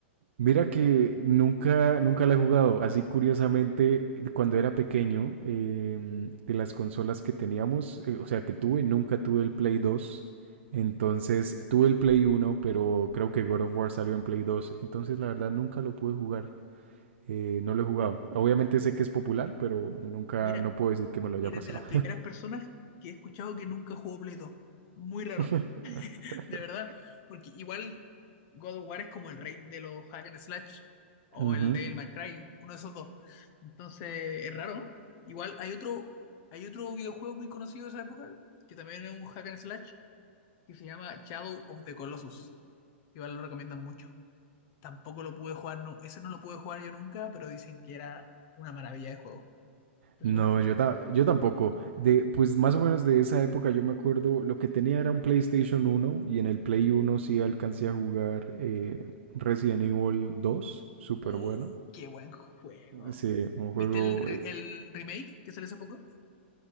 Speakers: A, on the right; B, on the left.
A: Mira que nunca, nunca la he jugado. Así curiosamente, cuando era pequeño, em, de las consolas que teníamos, eh, o sea, que tuve, nunca tuve el Play 2. Entonces, tuve el Play 1, pero creo que God of War salió en Play 2. Entonces, la verdad, nunca lo pude jugar. Eh, no lo he jugado. Obviamente sé que es popular, pero nunca,
B: Mira,
A: no puedo decir que me lo haya
B: eres
A: pasado.
B: de las primeras personas que he escuchado que nunca jugó Play 2. Muy raro,
A: <laughs>
B: de verdad. Porque igual God of War es como el rey de los hack and slash o
A: Ujú.
B: el Devil May Cry, uno de esos dos. Entonces, es raro. Igual hay otro, hay otro videojuego muy conocido de esa época que también es un hack and slash que se llama Shadow of the Colossus. Igual lo recomiendan mucho. Tampoco lo pude jugar, no, ese no lo pude jugar yo nunca, pero dicen que era una maravilla de juego. ¿Te
A: No,
B: suena?
A: yo, ta- yo tampoco. De, pues más o menos de esa época yo me acuerdo, lo que tenía era un PlayStation uno y en el Play uno sí alcancé a jugar eh, Resident Evil 2, súper
B: ¡Uh,
A: bueno.
B: qué buen juego!
A: Sí, un
B: ¿Viste
A: juego,
B: el, re-
A: eh,
B: el remake que salió hace poco?